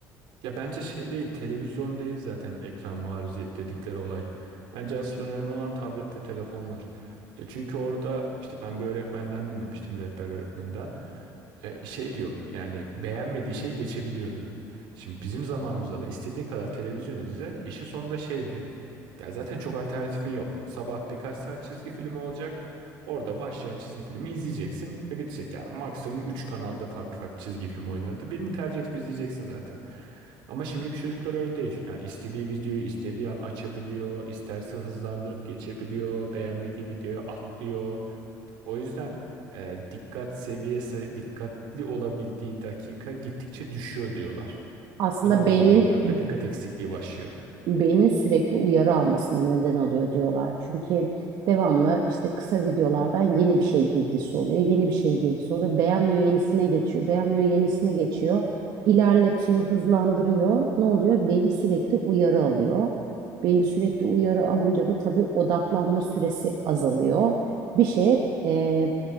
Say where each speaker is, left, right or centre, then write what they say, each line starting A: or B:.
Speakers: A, on the right; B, on the right.
A: Ya bence şey değil, televizyon değil zaten ekran maruziyet dedikleri olay. Bence asıl önemli olan tablet ve telefonlar. Ya çünkü orada işte ben bir öğretmenden dinlemiştim, rehber öğretmeninden. E, şey diyor yani beğenmediği şey geçebiliyor diyor. Şimdi bizim zamanımızda da istediğin kadar televizyon izle, işin sonunda şeydi. Ya zaten çok alternatifin yok. Sabah birkaç saat çizgi film olacak. Orada başlayan çizgi filmi izleyeceksin ve bitecek. Yani maksimum 3 kanalda farklı farklı çizgi film oynardı. Birini tercih edip izleyeceksin zaten. Ama şimdiki çocuklar öyle değil. Yani istediği videoyu istediği an açabiliyor, isterse hızlandırıp geçebiliyor, beğenmediği videoyu atlıyor. O yüzden e, dikkat seviyesi, dikkatli olabildiği dakika gittikçe düşüyor diyorlar.
B: Aslında
A: Buna
B: beynin
A: bağlı olarak da dikkat eksikliği başlıyor.
B: beynin sürekli uyarı almasına neden oluyor diyorlar. Çünkü devamlı işte kısa videolardan yeni bir şey girdisi oluyor. Yeni bir şey girdisi oluyor. Beğenmiyor yenisine geçiyor. Beğenmiyor yenisine geçiyor. İlerletiyor, hızlandırıyor. Ne oluyor? Beyin sürekli uyarı alıyor. Beyin sürekli uyarı alınca da tabii odaklanma süresi azalıyor. Bir şeye e,